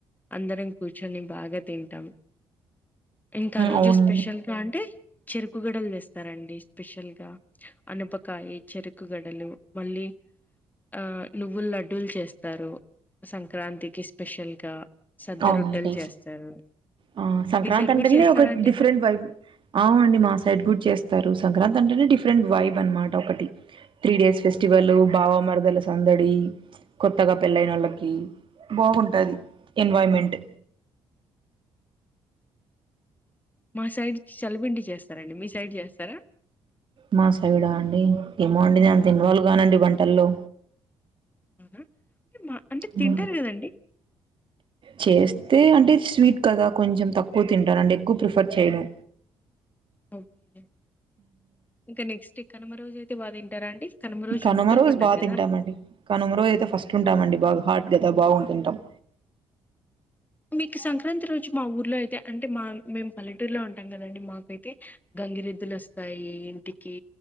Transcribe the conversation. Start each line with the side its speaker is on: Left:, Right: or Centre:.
Left: అందరం కూర్చొని బాగా తింటాం. ఇంకా రోజు
Right: అవునండి
Left: స్పెషల్ గా అంటే చెరుకుగడలు తేస్తారండి స్పెషల్ గా. అనపకాయి చెరుకు గడలు మళ్ళీ. ఆ నువ్వులు లడ్డూలు చేస్తారు సంక్రాంతికి స్పెషల్ గా. సద్ద
Right: అవునండి
Left: రొట్టెలు చేస్తారు
Right: ఆ సంక్రాంతి
Left: మీ సైడ్
Right: అంటేనే
Left: కూడా చేస్తారా
Right: ఒక
Left: అండి
Right: డిఫరెంట్ వైబ్. అవునండి మా సైడ్ కూడా చేస్తారు సంక్రాంతి అంటేనే డిఫరెంట్ వైబ్ అనమాట ఒకటి. త్రీ డేస్ ఫెస్టివల్ బావ మరదల సందడి. కొత్తగా
Left: అవన్నీ
Right: పెళ్లయినొల్లకి బావుంటది ఎన్వామెంట్.
Left: మా సైడ్ చలపిండి చేస్తారాండి మీ సైడ్ చేస్తారా.
Right: మా సైడా అండి ఏమో అండి నేను అంత ఇన్వాల్వ్ కానండి వంటల్లో.
Left: ఉహు అంటే మా. అంటే
Right: ఉ.
Left: తింటారు కదండి
Right: చేస్తే అంటే స్వీట్ కదా కొంచెం తక్కువ తింటానండి ఎక్కువ ప్రిఫర్ చేయను.
Left: ఓకే ఇంకా నెక్స్ట్ కనుమ రోజు అయితే బాగా తింటారా అండి.
Right: కనుమ
Left: ముక్కలు
Right: రోజు
Left: పండగ
Right: బాగా
Left: కదా
Right: తింటామండి కనుమ రోజు అయితే ఫస్ట్ ఉంటామండి బాగా హార్ట్ కదా బాగు తింటాం.
Left: మీకు సంక్రాంతి రోజు మా ఊర్లో అయితే అంటే మా మేము పల్లెటూరులో ఉంటాం కదండి మాకైతే. గంగిరెద్దులు వస్తాయి ఇంటికి